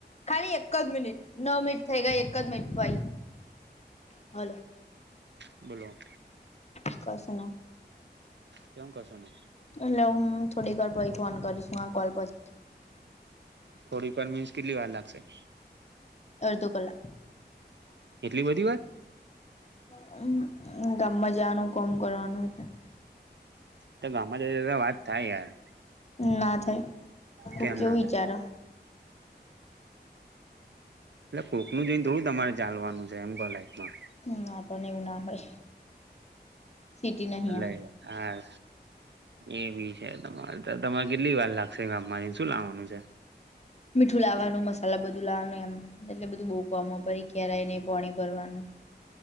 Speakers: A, on the left; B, on the right.
A: ખાલી એક જ મિનિટ નવ મિનિટ થઈ ગઈ એક જ મિનિટ ભાઈ. હલો.
B: બોલો.
A: કશું નહીં.
B: કે હું કશું નઈ.
A: એટલે હું થોડી વાર પહી ફોન કરીશું આ કોલ પછી.
B: થોડી કન્વીન્સ કેટલી વાર લાગશે.
A: અડધો કલાક.
B: એટલી બધી વાર
A: હામ હું ગામમાં જાવાનું કોમ કરવાનું એટલે.
B: તો ગામ <unintelligible> તો વાત થાય યાર.
A: ના થાય. કોક
B: કેમ
A: કેવું
B: ના
A: વિચારો
B: થાય. એટલે કોકનું જેમ થોડું તમારે ચાલવાનું છે એમ તો લાઈફમાં.
A: ના પણને એવું ના હોય. સિટી નહી
B: આલે
A: આ
B: યાર. એ બી છે તમારે તમારે કેટલી વાર લાગશે ગામ માંથી શું લાવવાનું છે?
A: મીઠું લાવવાનું મસાલા બધું લાવવાનું એમ એટલે બધું બોકવામાં પાઇ ક્યારેય એને પાણી ભરવાનું.